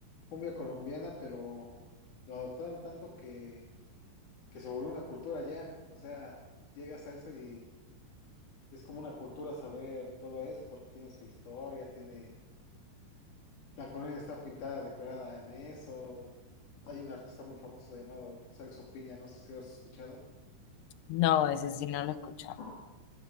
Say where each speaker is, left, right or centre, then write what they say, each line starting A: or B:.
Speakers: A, on the left; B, on the left.
A: cumbia colombiana, pero lo adoptaron tanto que, que se volvió una cultura ya. O sea, llegas a eso y es como una cultura saber todo eso, porque tiene su historia, tiene La colonia está pintada, decorada en eso. Hay un artista muy famoso llamado Celso Piña, no sé si lo has escuchado.
B: No, ese sí no lo he escuchado.
A: Ah,